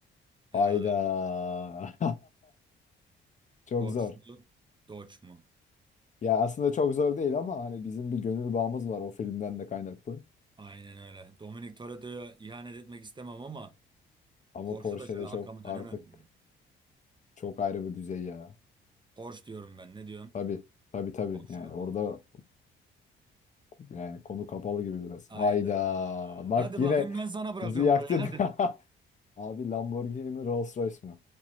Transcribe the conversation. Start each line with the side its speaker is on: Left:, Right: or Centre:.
Right: Ya,
Left: Hayda. <laughs> Çok
Right: Porsche
Left: zor.
Right: mu? Dodge mu?
Left: Ya aslında çok zor değil ama hani bizim bir gönül bağımız var o filmden de kaynaklı.
Right: Aynen öyle. Dominic Toretto'ya ihanet etmek istemem ama
Left: Ama
Right: Porsche
Left: Porsche'de
Right: da şöyle arkamı
Left: çok
Right: dönemem
Left: artık
Right: ya.
Left: çok ayrı bir düzey ya.
Right: Porsche diyorum ben. Ne diyorsun?
Left: Tabii. Tabii tabii.
Right: Porsche.
Left: Yani
Right: abi.
Left: orada yani konu kapalı gibi biraz.
Right: Hayda.
Left: Hayda. Bak
Right: Hadi
Left: yine
Right: bakayım ben sana bırakıyorum
Left: bizi yaktın.
Right: burayı. Hadi.
Left: <laughs> Abi Lamborghini mi Rolls Royce mi?